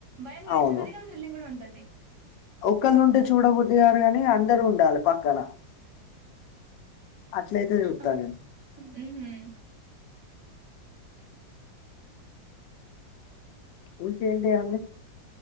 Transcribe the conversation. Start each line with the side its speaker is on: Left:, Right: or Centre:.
Right: భయం కూడా
Left: అవును
Right: వేస్తుంటది కానీ థ్రిల్లింగ్ కూడా ఉంటుంది
Left: ఒక్కళ్ళు ఉంటే చూడబుద్దు గారు అని అందరు ఉండాలి పక్కన అట్లయితె చూతంది
Right: ఆ ఉహు
Left: ఇంకేవి అండీ